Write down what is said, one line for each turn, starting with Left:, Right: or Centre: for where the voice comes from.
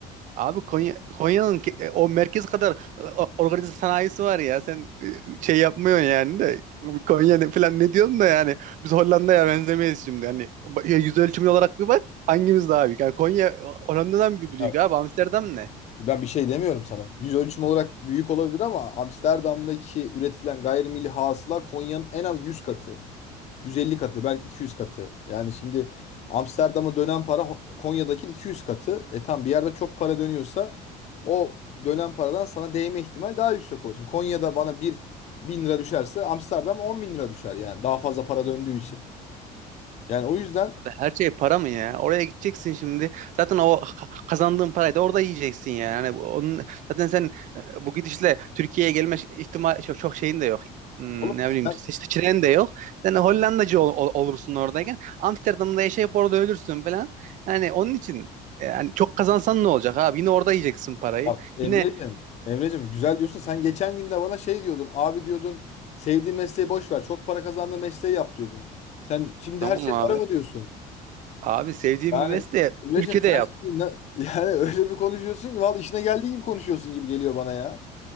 Right: Abi Konya Konya'nın ke- e, o merkez kadar e, o- organize sanayisi var ya. Sen e, şey yapmıyorsun yani de Konya ne falan ne diyorsun da yani biz Hollanda'ya benzemeyiz şimdi. Hani ba- yüz ölçümü olarak bir bak hangimiz daha büyük? Yani Konya Hollanda'dan bir büyük
Left: Ya,
Right: abi. Amsterdam ne?
Left: Ben bir şey demiyorum sana. Yüz ölçümü olarak büyük olabilir ama Amsterdam'daki üretilen gayrimilli hasıla Konya'nın en az 100 katı. 150 katı belki 200 katı. Yani şimdi Amsterdam'a dönen para Ho- Konya'daki 200 katı. E tam bir yerde çok para dönüyorsa o dönen paradan sana değme ihtimal daha yüksek olur. Şimdi Konya'da bana bir bin lira düşerse Amsterdam 10 bin lira düşer yani daha fazla para döndüğü için. Yani o yüzden
Right: Her şey para mı ya? Oraya gideceksin şimdi. Zaten o ha- kazandığın parayı da orada yiyeceksin yani. Hani bu- onun zaten sen e, bu gidişle Türkiye'ye gelme ş- ihtimal çok, çok şeyin de yok. Hmm,
Left: oğlum
Right: Ne bileyim
Left: sen
Right: seç- seçeneğin de yok. Sen Hollandacı ol- ol- olursun oradayken. Amsterdam'da yaşayıp orada ölürsün falan. Yani onun için yani çok kazansan ne olacak abi? Yine orada yiyeceksin parayı.
Left: bak Emre'cim
Right: Yine
Left: Emre'cim güzel diyorsun sen geçen gün de bana şey diyordun abi diyordun sevdiğin mesleği boş ver çok para kazandığın mesleği yap diyordun. Sen şimdi
Right: tamam
Left: her şey
Right: abi.
Left: para mı diyorsun?
Right: Abi sevdiğin
Left: Yani
Right: bir mesleği
Left: Emre'cim
Right: ülkede
Left: sen
Right: yap.
Left: şimdi na- <laughs> yani öyle bir konuşuyorsun ki vallahi işine geldiği gibi konuşuyorsun gibi geliyor bana ya.